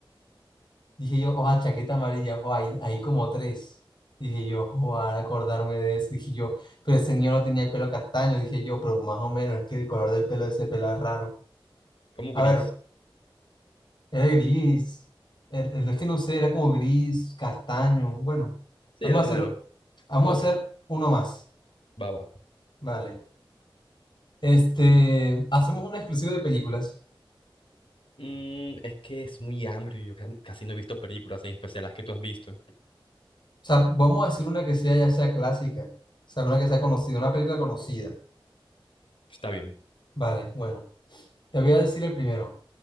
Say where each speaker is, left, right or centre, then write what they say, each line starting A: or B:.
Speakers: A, on the left; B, on the left.
A: Dije yo, oh chaqueta amarilla, oh hay, hay como tres. Dije yo, oh al acordarme de eso, dije yo, pero el señor no tenía el pelo castaño, dije yo, pero más o menos, es que el color del pelo de ese pelado es raro.
B: Como
A: A
B: gris.
A: ver, era gris, el, el- es que no sé, era como gris, castaño, bueno,
B: Sí,
A: vamos
B: era
A: a
B: raro.
A: hacer, vamos
B: Otra.
A: a hacer uno más,
B: Baba.
A: vale. Este, hacemos una exclusiva de películas,
B: Mm, es que es muy hambre. Yo ca- casi no he visto películas, en especial las que tú has visto.
A: o sea, vamos a decir una que sea, ya sea clásica, o sea, una que sea conocida, una película conocida,
B: Está bien.
A: vale, bueno, te voy a decir el primero.